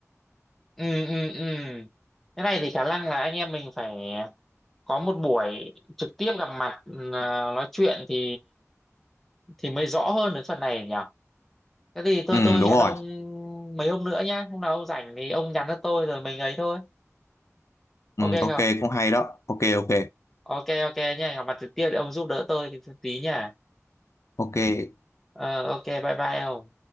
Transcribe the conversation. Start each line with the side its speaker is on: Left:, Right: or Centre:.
Centre: ừ ừ ừ thế này thì khả năng là anh em mình phải có một buổi trực tiếp gặp mặt ừ, à, nói chuyện thì thì mới rõ hơn đến phần này nhỉ thế thì thôi
Left: Ừ
Centre: tôi
Left: đúng
Centre: hẹn
Left: rồi
Centre: ông mấy hôm nữa nhá hôm nào ông rảnh thì ông nhắn cho tôi rồi mình ấy thôi ok
Left: Ừ ok
Centre: không
Left: cũng hay đó ok ok
Centre: ok ok nha gặp mặt trực tiếp để ông giúp đỡ tôi tí nha
Left: ok
Centre: ờ, ok bye bye ông